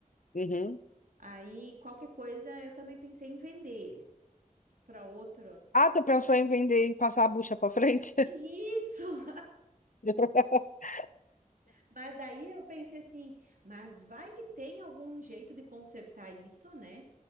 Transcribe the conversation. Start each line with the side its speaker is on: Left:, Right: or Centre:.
Left: Uhum.
Right: Aí, qualquer coisa, eu também pensei em vender ele para outro.
Left: Ah, tu pensou em vender e passar a bucha pra frente?
Right: Isso! <laughs>
Left: <laughs>
Right: Mas daí eu pensei assim, mas vai que tem algum jeito de consertar isso, né?